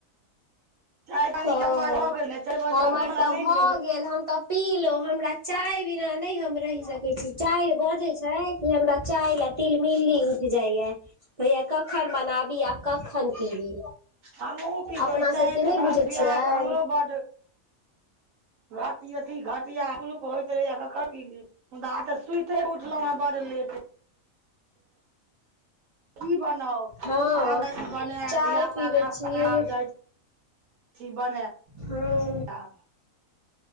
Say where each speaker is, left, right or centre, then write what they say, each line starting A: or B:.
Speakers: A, on the right; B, on the right.
A: चाय पानी
B: ओ
A: के समय भऽ गेल ने चारि बजे
B: हमर
A: अपना लए
B: तऽ
A: नहि
B: भऽ
A: बनेबै
B: गेल। गेल हम तऽ पीलौ हमरा चाय बिना नै हम रहि सकै छी चाइर बजै छै कि हमरा चाय लै तिलमिल्ली उईठ जाइया। होईयै कखन बनाबी आ कखन पीबी।
A: हमहु पिबै
B: अपना
A: चायके
B: सबके नहि
A: त
B: बुझै
A: अभ्यास
B: छियै
A: हमरो बड्ड घट अथी घटिया मुलूक होइत रहैया कखनि पी ली मुदा अस सुति के उठलहुँ हैं बड़ लेट की बनाउ
B: हँ
A: आब जाय छी बनैब
B: चाय
A: धिया पुता
B: पीबै
A: के नाश्ता
B: छियै
A: करैब जाइ छी जाय छी बनेब
B: हूं।
A: त आब